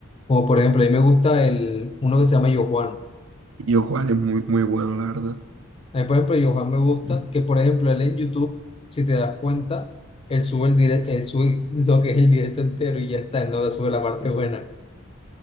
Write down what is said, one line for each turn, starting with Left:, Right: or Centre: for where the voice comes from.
Left: Como por ejemplo, a mí me gusta el, uno que se llama Yo Juan.
Right: Yo Juan es muy, muy bueno, la verdad. O
Left: A mí, por ejemplo, Yo Juan me gusta que, por ejemplo, él en YouTube, si te das cuenta, él sube el directo, él sube lo que es el directo entero y ya está, él no la sube la parte buena.